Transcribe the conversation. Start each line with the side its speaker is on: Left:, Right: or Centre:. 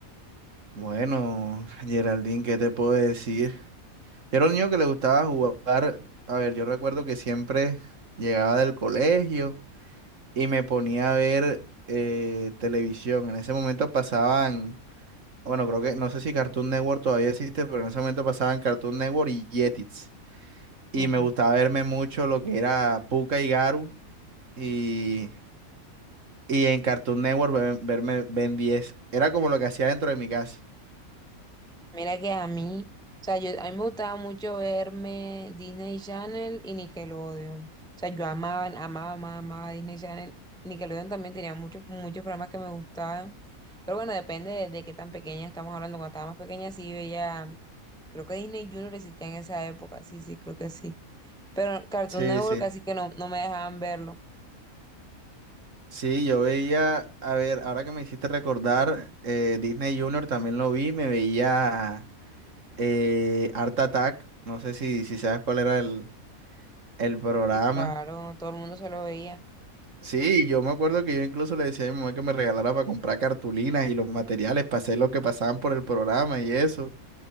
Right: Bueno, Geraldine, ¿qué te puedo decir? Yo era un niño que le gustaba jugar, a ver, yo recuerdo que siempre llegaba del colegio y me ponía a ver eh, televisión. En ese momento pasaban, bueno, creo que, no sé si Cartoon Network todavía existe, pero en ese momento pasaban Cartoon Network y Jetix. y
Centre: Ujú.
Right: me gustaba verme mucho lo que era Pucca y Garu y, y en Cartoon Network ve- verme Ben 10. Era como lo que hacía dentro de mi casa.
Centre: Mira que a mí, o sea, yo, a mí me gustaba mucho verme Disney Channel y Nickelodeon. O sea, yo amaba, amaba, amaba, amaba Disney Channel. Nickelodeon también tenía muchos, muchos programas que me gustaban. Pero bueno, depende de, de qué tan pequeña estamos hablando. Cuando estaba más pequeña sí veía, creo que Disney Junior existía en esa época. Sí, sí, creo que sí. Pero Cartoon
Right: Sí,
Centre: Network
Right: sí.
Centre: casi que no, no me dejaban verlo.
Right: Sí, yo veía, a ver, ahora que me hiciste recordar, eh, Disney Junior también lo vi, me veía eh, Art Attack, no sé si, si sabes cuál era el, el programa.
Centre: Y claro, todo el mundo se lo veía.
Right: Sí, yo me acuerdo que yo incluso le decía a mi mamá que me regalara para comprar cartulinas y los materiales, para hacer lo que pasaban por el programa y eso.